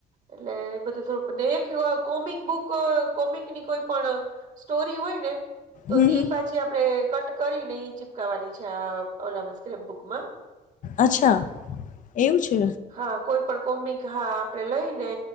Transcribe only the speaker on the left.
હમ હમ.
અચ્છા એવું છે